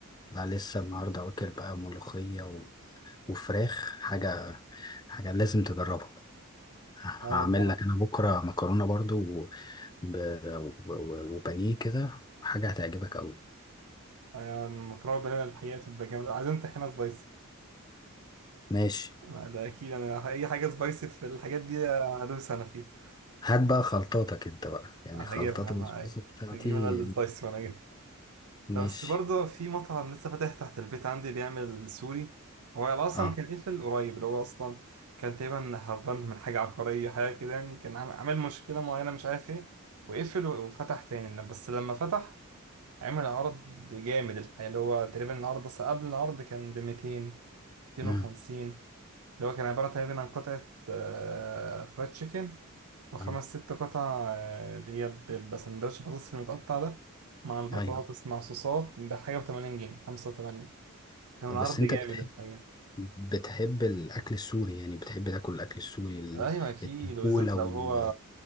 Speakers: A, on the left (about 20°); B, on the right (about 80°).
A: لا لسه النهارده واكل بقى ملوخيه و... وفراخ حاجه حاجه لازم تجربها هعمل
B: اه لا
A: لك انا بكره مكرونه برضو و... ب... و... و... وبانيه كده حاجه هتعجبك قوي
B: آه، المكرونة بالبانيه الحقيقة بتبقى جامدة عايزين طحينة سبايسي
A: ماشي
B: لا، ده أكيد أنا أي حاجة سبايسي في الحاجات دي آه، هدوس أنا فيها
A: هات بقى خلطاتك انت بقى يعني
B: هجيبها
A: خلطات
B: انا
A: البسبوسه
B: أيوة.
A: بتاعتي
B: هجيب انا السلايس وانا جاي
A: ماشي
B: لا، بس برضه في مطعم لسه فاتح تحت البيت عندي بيعمل سوري هو اصلا
A: اه
B: كان قفل قريب اللي هو اصلا كان تقريبا هربان من حاجه عقاريه حاجه كده يعني كان عامل عامل مشكله معينه مش عارف ايه وقفل و- وفتح تاني ل- بس لما فتح عمل عرض جامد الحقيقه اللي هو تقريبا العرض اصلا قبل العرض كان ب 200 250
A: امم
B: اللي هو كان عباره تقريبا عن قطعه آه، فرايد تشيكن وخمس
A: آه.
B: ست قطع آه، اللي هي ب- بيبقى سندوتش بطاطس المتقطع ده مع البطاطس
A: ايوه
B: مع صوصات بحاجة وتمانين جنيه خمسة وتمانين كان عرض
A: بس انت
B: جامد
A: بتحب
B: الحقيقة
A: بتحب الأكل السوري يعني بتحب تاكل الأكل السوري ال-
B: أيوة أكيد
A: التقولة
B: وبالذات
A: وال
B: لو هو